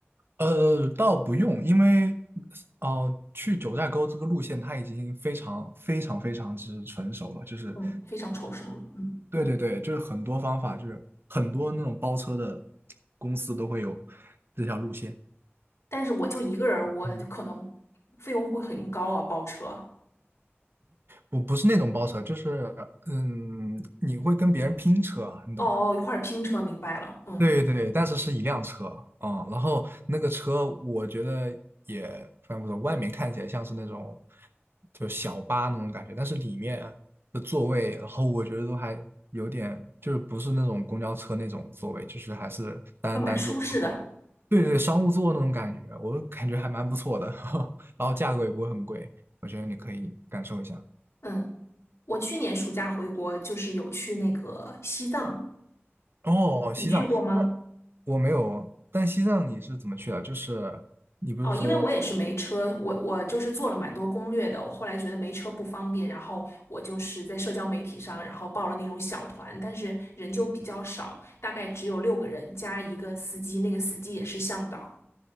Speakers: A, on the right; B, on the left.
A: 呃，倒不用，因为呃，去九寨沟这个路线它已经非常非常非常之成熟了，就是
B: 嗯，非常抽象了。嗯，
A: 对对对，就是很多方法，就是很多那种包车的公司都会有这条路线。
B: 但是我就一个人儿我可能费用会很高啊，
A: 嗯，
B: 包车。哦
A: 不不是那种包车，就是嗯，你会跟别人拼车啊，你懂吧？
B: 哦，一块儿拼车，明白了。嗯，
A: 对对，但是是一辆车啊、嗯然后那个车我觉得也非常不错，外面看起来像是那种就小巴那种感觉，但是里面的座位，然后我觉得都还有点就是不是那种公交车那种座位，就是还是单单座，
B: 啊，蛮舒适的。
A: 对对，商务座那种感觉，我感觉还蛮不错的，<laughs> 然后价格也不会很贵，我觉得你可以感受一下。
B: 嗯，我去年暑假回国就是有去那个西藏，
A: 哦，
B: 你去过吗？
A: 西藏，那我没有，但西藏你是怎么去的？就是你不是说
B: 哦，因为我也是没车，我我就是做了蛮多攻略的。我后来觉得没车不方便，然后我就是在社交媒体上，然后报了那种小团，但是人就比较少，大概只有六个人加一个司机，那个司机也是向导。